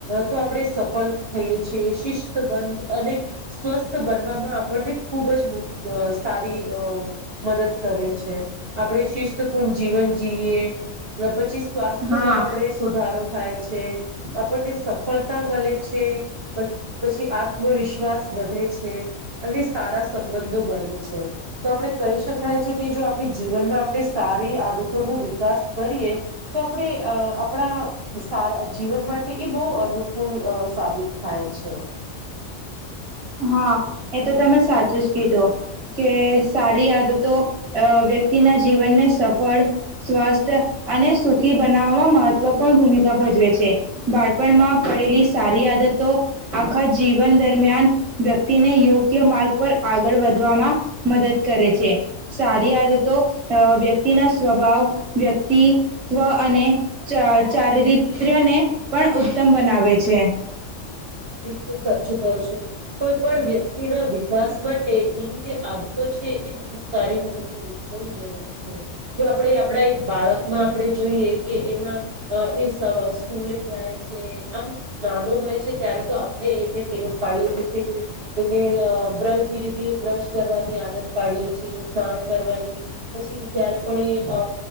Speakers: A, on the right; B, on the right.
A: તો આપણે સફળ થઈએ છીએ શિસ્ત બન અને સ્વસ્થ બનવામાં આપણને ખૂબ જ સારી મદદ કરે છે આપણે શિસ્તપૂર્ણ જીવન જીએ પછી સ્વાસ્થ્યમાં
B: હા
A: આપણે સુધારો થાય છે આપણને સફળતા મળે છે પછી આત્મવિશ્વાસ વધે છે અને સા રા સંબંધો બને છે તો આપણે કહી શકાય કે જો આપણી જીવનમાં આપણે સારી આદ તો નુ વિકાસ કરીએ તો આપણે અ આપણા સારા જીવન માટે એક બહુ અનુકૂલ સાબિત થાય છે.
B: હા એ તો તમે સાચું જ કીધું. કે સારી આદતો વ્યક્તિના જીવનને સફળ સ્વસ્થ અને સુખી બનાવવામાં મહત્વપૂર્ણ ભૂમિકા ભજવે છે બાળપણમાં પડેલી સારી આદત તો આખા જીવન દરમિયાન વ્યક્તિને યોગ ગ્ય માર્ગ પર આગળ વધવામાં મદદ કરે છે સારી આદત તો વ્યક્તિના સ્વભાવ વ્યક્તિત્વ અને અ ચારિત્ર્યને પણ ઉત્તમ બનાવે છે.
A: બિલકુલ સાચચુ કહો છો કોઈ પણ વ્યક્તિના વિકાસ માટે એની જે આદતો એ બ સારી હોવી જોઈરી જો આપણે આપણા એક બાળકમાં આપણે જોઈ કે કે એમાં અ સવારે સ્કૂલે જાય છે આમ નાનો હોય છે ત્યારે તો આપણે એને તેવ પાડી છે કે એને અ બ્રશ ધીરે ધીરે બ્રશ કરવાની આદત પાડીએે છીએ સ્નાન કરવાની પછી જયારે પણ એ